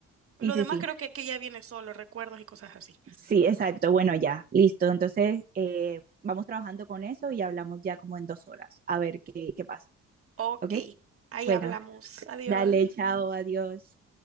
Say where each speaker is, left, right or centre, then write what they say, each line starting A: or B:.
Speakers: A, on the right (about 45°); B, on the right (about 30°).
A: Lo
B: Sí, sí,
A: demás
B: sí.
A: creo que, que ya viene solo, recuerdos y cosas así.
B: Sí, exacto. Bueno, ya, listo. Entonces, eh, vamos trabajando con eso y hablamos ya como en dos horas, a ver qué, qué pasa,
A: Ok,
B: ¿ok?
A: ahí
B: Bueno,
A: hablamos. Adiós.
B: dale, chao, adiós.